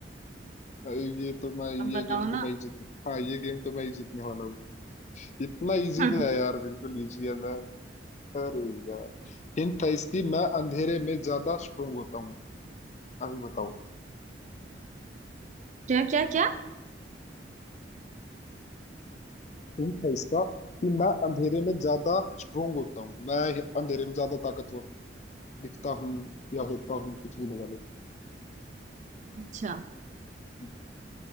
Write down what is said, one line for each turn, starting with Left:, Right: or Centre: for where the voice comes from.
Left: अ, ये तो मैं ये
Right: अब बताओ
Left: गेम तो
Right: ना
Left: मैं ही जीतू हाँ ये गेम तो मैं ही जीतने वाला हूँ इतना
Right: <laughs>
Left: इजी
Right: क्या
Left: तो है यार बिल्कुल इजी है मैं अरे यार हिंट है इसकी मैं अंधेरे में ज्यादा स्ट्रोंग होता हूँ अभी बताओ
Right: क्या क्या
Left: हिंट है इसका कि मैं अंधेरे में ज्यादा स्ट्रोंग होता हूँ मैं अंधेरे में ज्यादा ताकतवर दिखता हूँ या होता हूँ कुछ भी लगा लो
Right: अच्छा
Left: हम्म,